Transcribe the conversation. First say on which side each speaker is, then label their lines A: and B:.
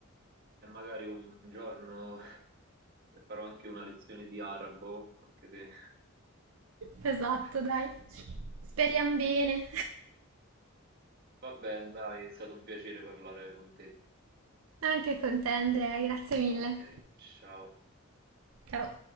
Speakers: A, on the right; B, on the right.
A: e magari un un giorno <laughs> farò anche una lezione di arabo, anche se...
B: Esatto,
A: <laughs>
B: dai. Speriamo bene.
A: Va bene, dai, è stato un piacere parlare con te.
B: Anche con te Andrea, grazie mille.
A: Ok, ciao.
B: Ciao.